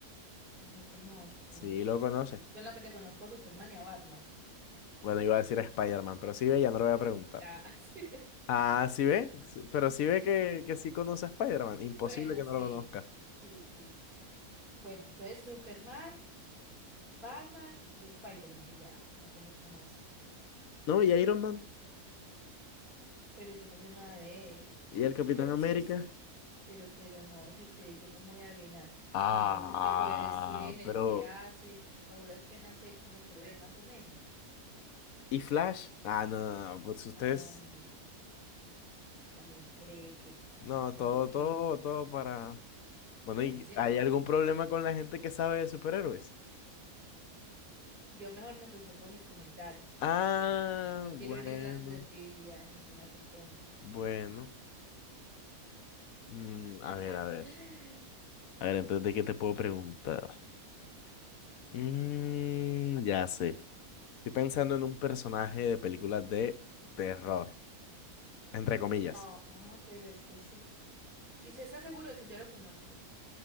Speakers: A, on the right (about 35°); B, on the left (about 70°).
A: No conozco.
B: sí lo conoce.
A: Solamente conozco a Superman y a Batman.
B: Bueno, iba a decir a Spider-Man, pero sí ve, ya no lo voy a preguntar.
A: Ah, <laughs> sí.
B: Ah, sí ve, Sí, pero sí ve que, que sí conoce a Spider-Man. Imposible
A: Bueno,
B: que
A: sí.
B: no lo conozca.
A: Sí, sí. Bueno, entonces Superman, Batman y Spider-Man y ya. No conozco más.
B: No, y Iron Man,
A: Pero yo no sé nada de él.
B: y
A: Pues
B: el
A: yo
B: Capitán
A: sé que existe.
B: América.
A: Pero, pero no, si usted, yo cómo voy a adivinar.
B: Ah,
A: Si yo no sé el qué poderes tiene, el
B: pero...
A: qué hace, a duras penas sé cómo se ve más o menos.
B: ¿Y Flash? Ah, no, no, no, pues
A: No,
B: ustedes
A: bendito. Usted También cree que,
B: No,
A: que
B: todo,
A: yo qué.
B: todo, todo para... Bueno,
A: No,
B: ¿y
A: piense en
B: hay
A: otro.
B: algún problema con la gente que sabe de superhéroes?
A: Yo mejor me reservo mis comentarios.
B: Ah,
A: No quiero
B: bueno,
A: herir la susceptibilidad de ninguna persona.
B: bueno. Mm, a
A: <laughs>
B: ver, a ver. A ver, entonces, ¿de qué te puedo preguntar? Mm, ya sé. Estoy pensando en un personaje de películas de terror, entre comillas.
A: No, pero es que se... ¿Y usted está seguro de que yo lo conozco?